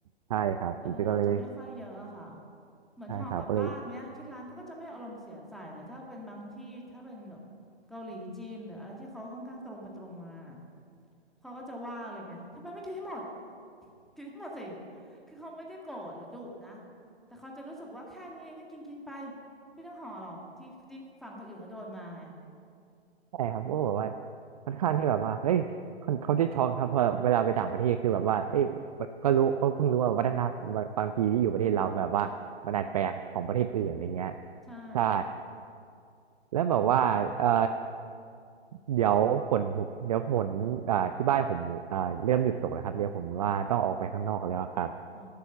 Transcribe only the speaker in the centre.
เออเราจะไม่ค่อยเยอะอะค่ะเหมือนห่อกลับบ้านเนี้ยที่ร้านเขาก็จะไม่อารมณ์เสียใส่แต่ถ้าเป็นบางที่ถ้าเป็นแบบเกาหลีจีนหรืออะไรที่เขาค่อนข้างตรงไปตรงมา
เขาก็จะว่าเลยไงทำไมไม่กินให้หมดกินให้หมดสิ <laughs> คือเขาไม่ได้โกรธหรือดุนะแต่เขาจะรู้สึกว่าแค่นี้เองก็กินกินไปไม่ต้องห่อหรอกที่ที่ฝั่งคนอื่นก็โดนมาไง
ใช่
อ๋อ